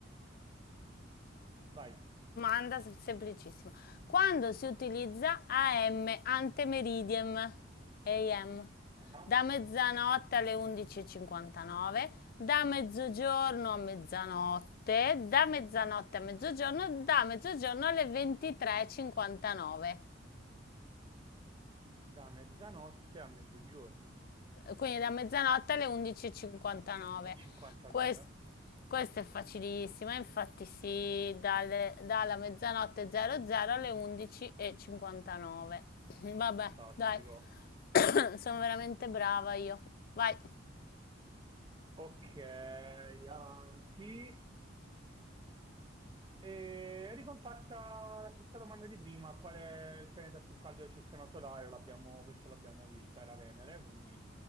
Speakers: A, on the right (about 25°); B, on the left (about 50°).
A: Vai.
B: domanda se- semplicissima. Quando si utilizza AM, ante meridiem, AM,
A: Ah,
B: da mezzanotte alle 11.59, da mezzogiorno a mezzanotte, da mezzanotte a mezzogiorno, da mezzogiorno alle 23.59.
A: Da mezzanotte a mezzogiorno.
B: Quindi da mezzanotte alle 11.59.
A: È 59.
B: Quest- questo è facilissimo, infatti si dalle- dalla mezzanotte 00 alle 11.59. <clears throat> Vabbè,
A: Fantastico.
B: dai, <clears throat> sono veramente brava io. Vai.
A: Ok, avanti. E è ricomparsa la stessa domanda di prima, qual è il pianeta più caldo del sistema solare? L'abbiamo- questo l'abbiamo vista, era Venere, quindi